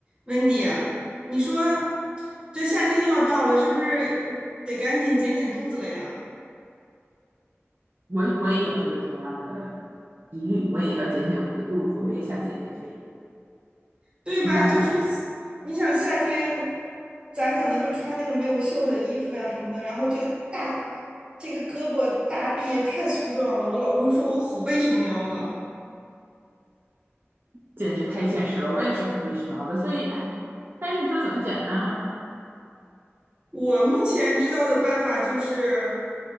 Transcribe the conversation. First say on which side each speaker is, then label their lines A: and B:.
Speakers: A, on the right; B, on the right.
A: Wendy，啊你说这夏天又要到了，是不是得赶紧减减肚子了呀？
B: 我我也有这个同样的疑虑，我也要减减我的肚子，我也想减减肥。
A: 对吧？
B: 你打算
A: 就是你想夏天，咱可能就穿那个没有袖儿的衣服呀什么的，然后这个大这个胳膊大臂也太粗壮了。我老公说我虎背熊腰的。
B: 简直太现实了，我也是不被熏陶的，所以哎，但是你说怎么减呢？
A: 我目前知道的办法就是